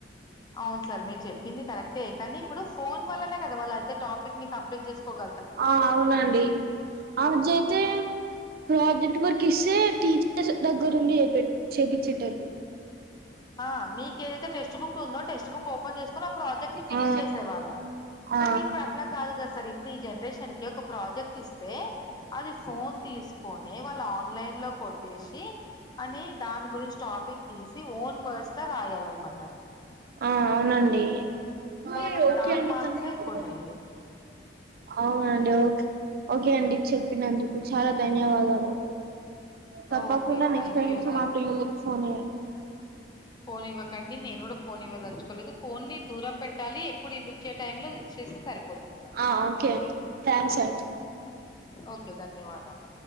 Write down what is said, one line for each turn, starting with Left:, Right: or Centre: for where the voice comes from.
Left: అవును సార్ మీరు చెప్పింది కరెక్టే కానీ ఇప్పుడు ఫోన్ వల్లనే కదా వాళ్ళు అయితే టాపిక్ని కంప్లీట్ చేసుకోగ
Right: ఆ అవునండి అజయితే ప్రోజెక్ట్ వర్క్ ఇస్తే టీచ దగ్గరుండి చెపె చేపిచ్చేటోళ్ళు
Left: ఆ మీకు ఏదైతే టెక్స్ట్ బుక్ ఉందో టెక్స్ట్ బుక్ ఓపెన్ చేసుకొని ఆ ప్రాజెక్ట్ని ఫినిష్
Right: ఆ,
Left: చేసేవాళ్ళం
Right: ఆ.
Left: కానీ ఇప్పుడు అట్లా కాదు కదా సార్ ఇప్పుడు ఈ జనరేషన్కి ఒక ప్రాజెక్ట్ ఇస్తే అది ఫోన్ తీ తీసుకొని వాళ్ళు ఆన్లైన్ లో కొట్టేసి అని దాని గురించి టాపిక్ తీసి ఓన్ వార్డ్స్ లో రాయాల అన్నమాట
Right: ఆ అవునండి ఓకే
Left: వాళ్ళకి
Right: ఒకే
Left: దాని
Right: అండి
Left: మార్క్సే
Right: టైమ్ అయిపోతుంది
Left: ఎక్కువ ఉన్నాయి
Right: అవునండి ఓకే ఓకే అండి చెప్పినందుకు చాలా ధన్యవాదాలు తప్పకుండా
Left: ఓకే
Right: నెక్స్ట్
Left: థ్యాంక్
Right: టైమ్
Left: యూ
Right: నుంచి
Left: దాని
Right: మా పిల్లలకి ఫోన్ ఇవ్వన్
Left: ఫోన్ ఇవ్వకండి నేను కూడా ఫోన్ ఇవ్వదలుచుకోలేదు ఫోన్ ని దూరం పెట్టాలి ఎప్పుడు ఇవచ్చే టైం లో ఇస్తే సరిపోతుంది వాళ్ళ
Right: ఆ ఓకే అండి థాంక్స్ అండి
Left: ఓకే ధన్యవాదాలు